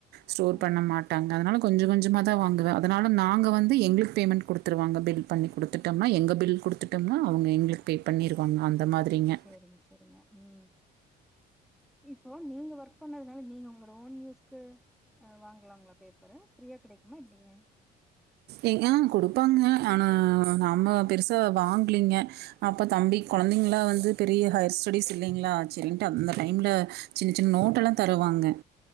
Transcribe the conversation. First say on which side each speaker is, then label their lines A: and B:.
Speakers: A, on the right; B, in the centre.
A: ஸ்டோர்
B: ம்
A: பண்ண மாட்டாங்க அதனால கொஞ்சோ கொஞ்சமாதா வாங்குவ அதனால நாங்க வந்து து எங்குளுக் பேமெண்ட் குடுத்துருவாங்க பில் பண்ணி குடுத்துட்டம்னா எங்க பில் குடுத்துட்டம்னா அவுங்க எங்குளுக் பே பண்ணீரு பண்ணா அந்த மாதிரிங்கெ
B: சரிங்க சரிங்க ம் இப்போ நீங்க ஒர்க் பண்ணதுனாலெ நீங்க உங்களோட ஓன் யூஸ் கு வாங்கலாங்களா பேப்பரூ ஃப்ரீயா கெடைக்குமா எப்டீங்க
A: ஏ ஆ குடுப்பாங்கெ ஆனா நம்மோ பெருசா வாங்கிலீங்கெ அப்ப தம்பி கொழந்தெங்ளா வந்து பெரீயெ ஹைர் ஸ்டடீஸ் இல்லிங்களா செரீன்டு அந்த
B: சரிங்க
A: டைம்ல சின்ன சின்ன நோட்டலா தருவாங்க